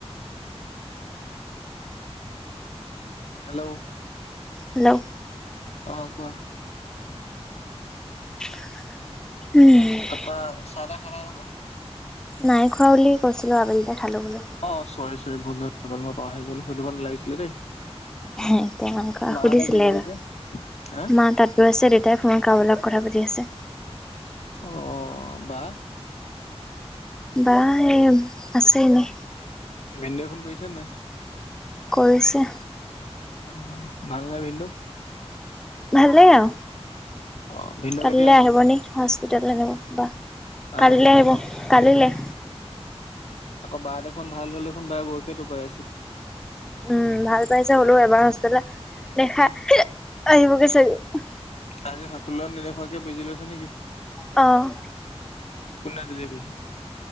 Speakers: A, on the left; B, in the centre.
A: হেল্ল'।
B: হেল্ল'।
A: অ', কোৱা।
B: উম।
A: তাৰপা চাহ তাহ খালা নহয়?
B: নাই খোৱা বুলি কৈছিলো আবেলিতে খালো বোলো।
A: অ', চৰি চৰি ভুল হৈ গ'ল মই পাহৰি গ'লো সুধিব নালাগিছিলে দেই।
B: এতিয়া এনেকুৱা
A: মাহঁতে
B: সুধিছিলে
A: কি কৰিছে?
B: এইবাৰ।
A: হা
B: মা তাঁত বৈ আছে দেউতাই ফোন কাৰোবাৰ লগত কথা পাতি আছে।
A: অ', বা?
B: বা এই আছে এনে।
A: ভিন্দয়ে ফোন কৰিছেনে নাই?
B: কৰিছে।
A: অ', ভালনে ভিন্দ?
B: ভালই আৰু
A: অ ভিনদেউ
B: কালিলৈ
A: কেতিয়া
B: আহিব নি হস্পিটাললৈ নিব বাক
A: হা
B: কালিলৈ আহিব কালিলে।
A: আকৌ বা দেখোন ভাল হ'লে বা দেখোন বৰষী হে টোপাই আছে।
B: উম, ভাল পাইছে হ'লেও এবাৰ হস্পিতালৈ নি দেখাই আহিব গৈ চাগে।
A: কালি হস্পিতালত নেদেখোৱাকেই বেজি লৈছে নে কি?
B: অ'।
A: কোনে দিলে বেজি?